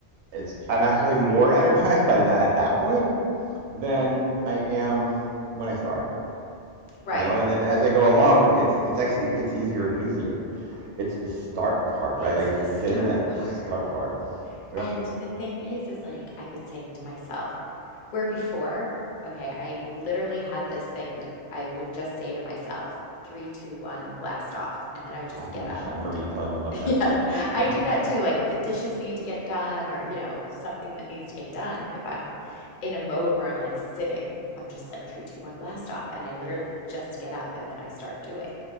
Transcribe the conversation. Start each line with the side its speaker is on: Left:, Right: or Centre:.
Right: it's I'm actually more <laughs> energized by that at that point than I am when I start.
Left: right.
Right: you know and then as i go along it's it's actually it gets easier and easier it's the start part
Left: It's
Right: right like it's
Left: the start
Right: getting that
Left: part.
Right: start part yep
Left: And the thing is, is like I've been saying to myself, where before, okay, I literally had this thing that I would just say to myself, three, two, one, blast off. And then I would just
Right: i, <laughs>
Left: get up
Right: I remember
Left: and do
Right: you telling
Left: it.
Right: me about
Left: <laughs>
Right: that
Left: Yeah, like
Right: mm-hmm.
Left: I do that too. Like if the dishes need to get done or, you know, something that needs to get done, if I'm in a mode where I'm like sitting, I'm just like three, two, one, blast off. And I literally just get up and then I start doing.